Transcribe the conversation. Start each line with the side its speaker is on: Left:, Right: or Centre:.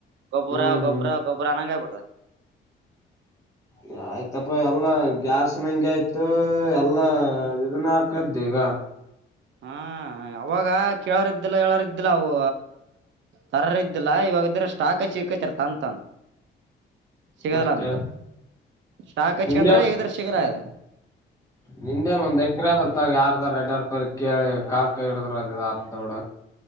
Right: ಗೊಬರ
Left: ಹ್ಮ್
Right: ಗೊಬರ
Left: ಹ್ಮ್
Right: ಗೊಬರ ನಂಗಾಯ ಪಡ್ತ
Left: ಹ್ಮ ಆಯ್ತಪ್ಪ ಎಲ್ಲಾ ಗ್ಯಾಸ್ ನಂ ಆಯ್ತು ಎಲ್ಲಾ ಇದನ್ನ ಹಾಕದ್ದ ಈಗ
Right: ಹಾ ಅವಾಗ ಕೇಳಾರ್ದಲ್ಲ ಹೇಳೋಾರಿದ್ದಲ್ಲ ಅವು ತರರ ಇದಿಲ್ಲಾ ಇವಾಗ ಇದ್ರ ಸ್ಟಾಕ್ ಹಚ್ಚಿಕೈತಾರ ತನ್ ತನ್ ಸಿಗದಲ್ಲ
Left: ಮತ್ತೆ
Right: ಅಂತೆ ಶಾಕ್ಚ್ಿಕಂದ್ರೆ
Left: ನಿಂದೆ
Right: ಈಗ್ರ ಸಿಗಲ್ಲ ಅದೆ
Left: ನಿಂದೇನ್ ಒಂದ್ ಎ ಮಾಗ ಯಾರದ ಎಡರ್ ಪರಿ ಕೇಳಿ ಕಾಲ್ ಕೈ ಹಿಡಿದ್ರ ಅದ ಆೊಡ